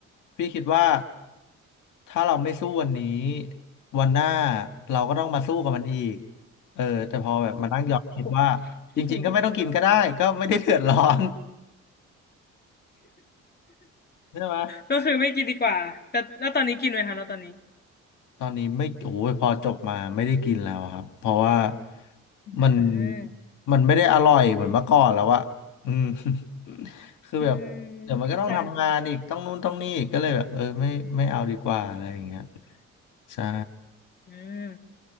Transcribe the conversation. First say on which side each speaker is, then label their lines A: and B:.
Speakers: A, on the left; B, on the left.
A: พี่คิดว่าถ้าเราไม่สู้วันนี้วันหน้าเราก็ต้องมาสู้กับมันอีกเออแต่พอแบบมานั่งย้อนคิดว่า
B: <laughs> โอ้โห
A: จริงๆก็ไม่ต้องกินก็ได้ก็ไม่ได้เดือดร้อน <laughs> ใช่ไหม
B: ก็คือไม่กินดีกว่าแต่แล้วตอนนี้กินไหมคะแล้วตอนนี้
A: ตอนนี้ไม่โอ้ยพอจบมาไม่ได้กินแล้วครับเพราะว่า
B: อ่
A: มัน
B: า
A: มันไม่ได้อร่อยเหมือนเมื่อก่อนแล้วอะอืม <laughs> คือแบบเดี๋ยวมันก็ต้องทำงานอีกต้องนู่นต้องนี่อีกก็เลยแบบเออไม่ไม่เอาดีกว่าอะไรอย่างเงี้ย
B: อืมเข้าใจ
A: ใช่
B: อืม